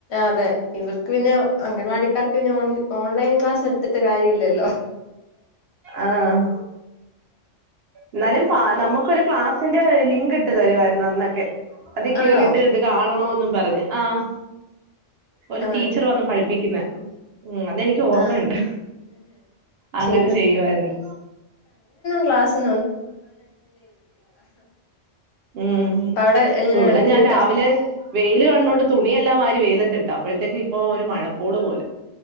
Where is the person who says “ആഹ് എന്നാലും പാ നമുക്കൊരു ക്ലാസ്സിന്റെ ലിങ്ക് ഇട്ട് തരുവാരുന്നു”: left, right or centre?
Right